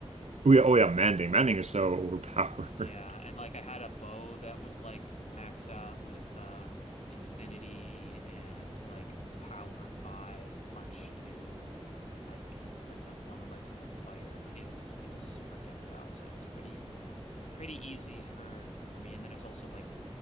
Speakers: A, on the left (about 85°); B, on the right (about 80°).
A: um,
B: Oh yeah, oh yeah, mending. Mending is so overpowered.
A: yeah,
B: <laughs>
A: and like I had a bow that was like maxed out with uh infinity and like power five, punch two, like like the one that lights him on fire. Like it was it was super decked out, so it was pretty pretty easy for for me. And then it was also like